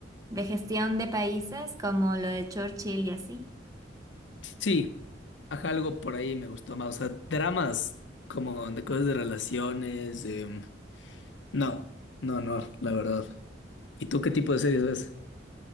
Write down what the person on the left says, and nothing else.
Sí, ajá, algo por ahí me gustó más, o sea, dramas como de cosas de relaciones, em, no, no, no, la verdad. ¿Y tú qué tipo de series ves?